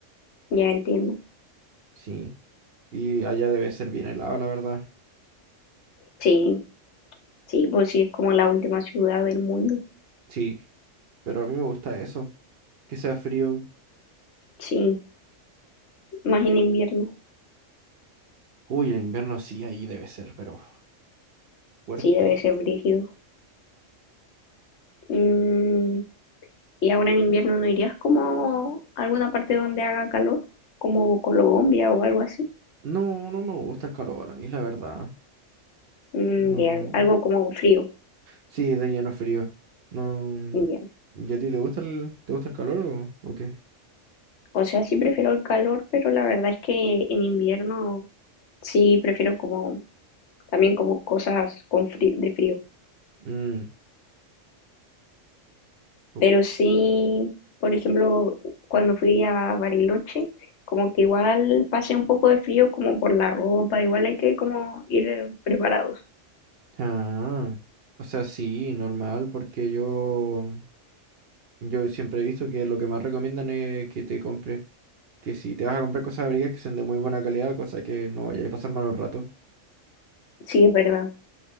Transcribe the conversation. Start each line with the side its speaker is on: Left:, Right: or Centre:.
Left: ya entiendo.
Right: Sí. Y allá debe ser bien helado, la verdad.
Left: Sí, sí, pues sí, es como la última ciudad del mundo.
Right: Sí. Pero a mí me gusta eso. Que sea frío.
Left: Sí, más en invierno.
Right: Uy, en invierno sí, ahí debe ser, pero fuerte.
Left: Sí, debe ser brígido. Mm, y ahora en invierno no irías como a alguna parte donde haga calor, como Colombia o algo así.
Right: No, no me gusta el calor, a mí la verdad.
Left: Mm,
Right: No.
Left: ya, algo como frío.
Right: Sí, de lleno frío. No.
Left: Ya.
Right: ¿Y a ti te gusta el, te gusta el calor o, o qué?
Left: O sea, sí prefiero el calor, pero la verdad es que en invierno sí prefiero como también como cosas con frí- de frío.
Right: Mm, pu-
Left: Pero sí, por ejemplo, cuando fui a Bariloche, como que igual pasé un poco de frío como por la ropa, igual hay que como ir eh, preparados.
Right: Ah, o sea, sí, normal, porque yo, yo siempre he visto que lo que más recomiendan es que te compres, que si te vas a comprar cosas abrigadas que sean de muy buena calidad, cosa que no vayas a pasar malos ratos.
Left: Sí, es verdad.